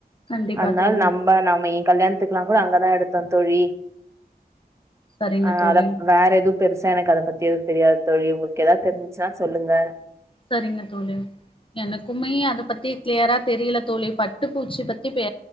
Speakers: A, on the left; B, on the right.
A: கண்டிப்பா
B: அதனால
A: தோழி
B: நம்ம நாம ஏ கல்யாணத்துக்குலாம் கூட அங்கதான் எடுத்தோம் தோழி
A: சரிங்க
B: ஆ
A: தோழி
B: அத வேற எதும் பெருசா எனக்கு அத பத்தி எதுவும் தெரியாது தோழி உங்களுக்கு ஏதாவது தெரிசுச்சுன்னா சொல்லுங்க
A: செரிங்க தோழி எனக்குமே அத பத்தி கிளியரா தெரியல தோழி பட்டு பூச்சி பத்தி பே